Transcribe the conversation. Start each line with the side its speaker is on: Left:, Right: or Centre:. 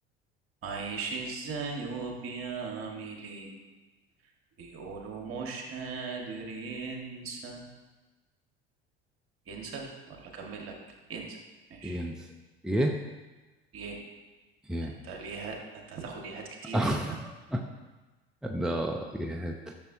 Right: عايش ازاي وبيعمل ايه بيقولوا مش قادر ينسى ينسى ولا اكمل لك ينسى ماشي
Centre: ينسى يه
Right: يه
Centre: ياه
Right: انت ليه ه... انت هتاخد يهات كتير
Centre: <laughs>
Right: كده
Centre: ده يهات